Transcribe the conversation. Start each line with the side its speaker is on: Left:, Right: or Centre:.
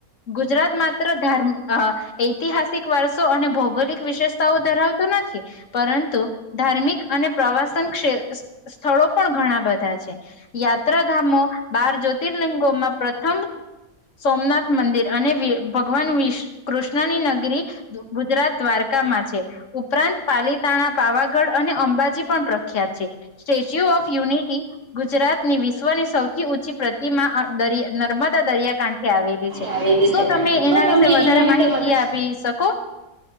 Left: ગુજરાત માત્ર ધાર્મ અહ ઐતિહાસિક વારસો અને ભૌગોલિક વિશેષતાઓ ધરાવતો નથી, પરંતુ ધાર્મિક અને પ્રવાસન શે શ શ સ્થળો પણ ઘણા બધા છે. યાત્રાધામો બાર જ્યોતિર્લિંગોમાં પ્રથમ સોમનાથ મંદિર અને ભગવાન વિષ કૃષ્ણની નગરી, ગુજરાત દ્વારકામાં છે. ઉપરાંત પાલીતાણા, પાવાગઢ અને અંબાજી પણ પ્રખ્યાત છે. સ્ટેચ્યુ ઓફ યુનિટી ગુજરાત ની વિશ્વની સૌથી ઊંચી પ્રતિમા અહ દરય નર્મદા દરિયાકાંઠે આવેલ લી છે.
Right: આવેલી
Left: શું
Right: છે
Left: તમે
Right: શું
Left: એના
Right: તમે
Left: વિશે વધારે
Right: એના વિશે
Left: માહિતી
Right: વધારે
Left: આપી શકો?